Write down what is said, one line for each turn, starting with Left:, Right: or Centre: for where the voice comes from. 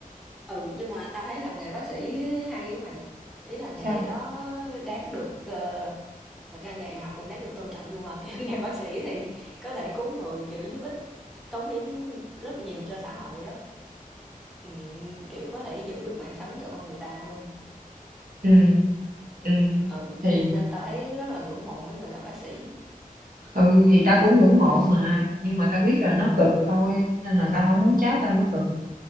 Centre: ừ nhưng mà tao thấy làm nghề bác sĩ hay á mày ý là nghề
Right: sao
Centre: đó đáng được ờ, thật ra nghề nào cũng đáng được tôn trọng nhưng mà kiểu <laughs> nghề bác sĩ thì có thể cứu người kiểu giúp ích cống hiến rất nhiều cho xã hội á ừ, kiểu có thể giữ được mạng sống cho con người ta luôn
Right: Ừ, ừ.
Centre: ừ nên
Right: Thì
Centre: nên tao thấy rất là ngưỡng mộ mấy người làm bác sĩ
Right: ừ, thì tao cũng ngưỡng mộ mà, nhưng mà tao biết là nó cực thôi, nên là tao không muốn cháu
Centre: ừ
Right: tao nó cực.